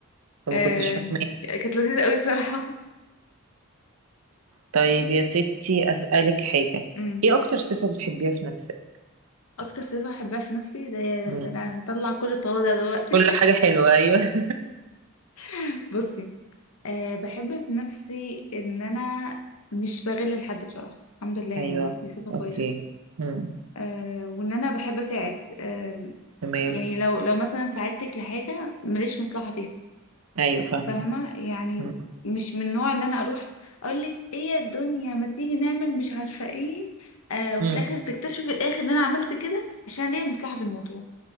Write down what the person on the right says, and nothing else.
فما
كنتش فاهماه
طيب يا ستي اسالك حاجه
ايه اكتر صفه بتحبيها في نفسك
مم.
كل حاجه حلوه ايوه
ايوه
اوكي مم.
تمام
ايوه فاهمه
مم.
مم.